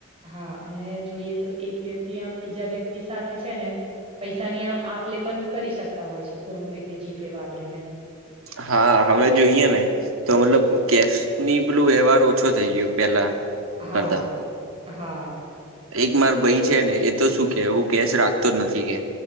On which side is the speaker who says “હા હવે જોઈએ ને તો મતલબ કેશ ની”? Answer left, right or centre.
Right